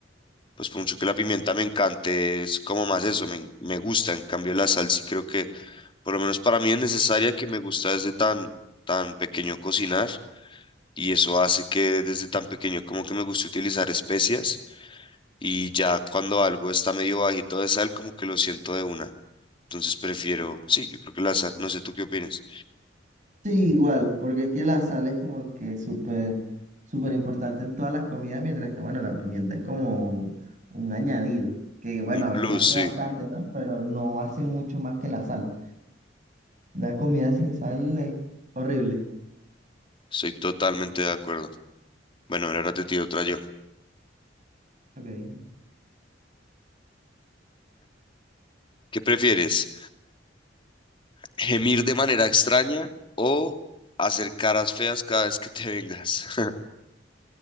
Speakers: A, on the left; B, on the right.
A: pues por mucho que la pimienta me encante, es como más eso, me, me gusta. En cambio, la sal sí creo que, por lo menos para mí es necesaria que me gusta desde tan, tan pequeño cocinar. Y eso hace que desde tan pequeño como que me guste utilizar especias. Y ya cuando algo está medio bajito de sal, como que lo siento de una. Entonces prefiero, sí, yo creo que la sal, no sé tú qué opinas.
B: Sí, igual, porque es que la sal es como que súper, súper importante en todas las comidas, mientras que, bueno, la pimienta es como un, un añadido, que, bueno,
A: En
B: a
A: plus,
B: veces hace
A: sí,
B: bastante, ¿no? Pero no hace mucho más que la sal. Una comida sin sal es horrible.
A: estoy totalmente de acuerdo. Bueno, ahora te tiro otra yo.
B: Ok.
A: ¿Qué prefieres? gemir de manera extraña o hacer caras feas cada vez que te vengas. <laughs>